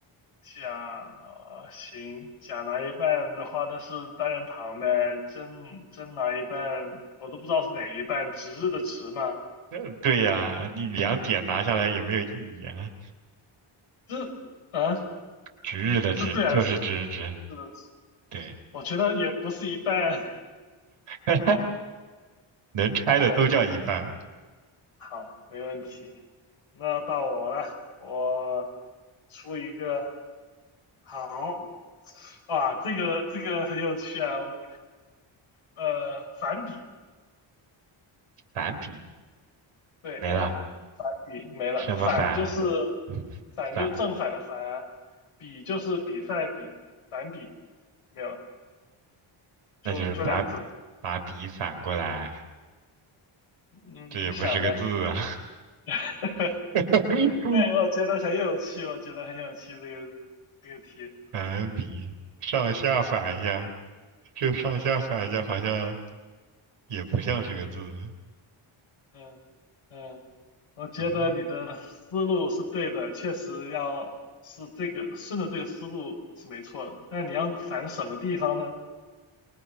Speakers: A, on the left; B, on the right.
A: 假啊、行，假拿一半的话，那是单人旁呗。真真拿一半，我都不知道是哪一半，值日的值嘛？
B: 呃对呀，你两点拿下来也没有意义啊。
A: 这啊，
B: 值日的值就是值日值，
A: 是对还是是的值？
B: 对。
A: 我觉得也不是一半。
B: <laughs>
A: <laughs> 好，
B: 能拆的都叫一半，
A: 可以，好，没问题。那到我了，我出一个好哇，这个这个很有趣啊，我呃，反比，
B: 反比
A: 对，
B: 没了，
A: 没了，反比没了，
B: 什么反
A: 反就是反就是正反的反啊，
B: 反，
A: 比就是比赛的比，反比没有了，就就两字，
B: 那就是把把笔反过来，
A: 嗯，
B: 这也不是个字啊，
A: 你想呗。<laughs>
B: <laughs>
A: 对，我觉得很有趣，我觉得很有趣这个这个题，
B: 反比上下反一下，就上下反一下好像
A: 嗯
B: 也不像是个字，
A: 嗯嗯，我觉得你的思路是对的，
B: 嗯，
A: 确实要是这个顺着这个思路是没错的，但你要反什么地方呢？